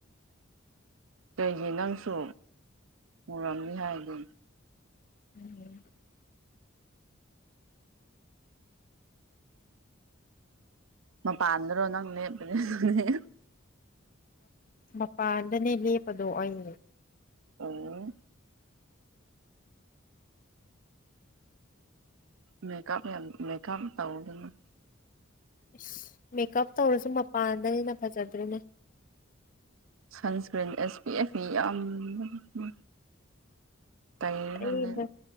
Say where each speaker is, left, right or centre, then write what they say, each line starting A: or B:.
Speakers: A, on the right; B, on the left.
A: ꯀꯩꯒꯤ ꯅꯪꯁꯨ ꯃꯨꯔꯝꯃꯤ ꯍꯥꯏꯗꯤ
B: ꯎꯝ꯫
A: ꯃꯄꯥꯟꯗꯔꯣ ꯅꯪ ꯂꯦꯞꯄꯅꯦ ꯑꯗꯨꯗꯤ꯫
B: ꯃꯄꯥꯟꯗꯅꯦ ꯂꯦꯞꯄꯗꯣ ꯑꯩ꯫
A: ꯑꯣ꯫ ꯃꯦꯀꯞ ꯌꯥꯝ ꯃꯦꯀꯥꯞ ꯇꯧꯗꯅ꯫
B: ꯏꯁꯁ ꯃꯦꯀꯞ ꯇꯧꯔꯁꯨ ꯃꯄꯥꯟꯗꯅꯤꯅ ꯐꯖꯕꯅꯤꯅꯦ꯫
A: ꯁꯟꯁꯀ꯭ꯔꯤꯟ ꯑꯦꯁ ꯄꯤ ꯑꯦꯐ ꯌꯥꯝꯕ꯫ ꯇꯩꯔꯒꯅꯦ꯫
B: ꯇꯩꯕ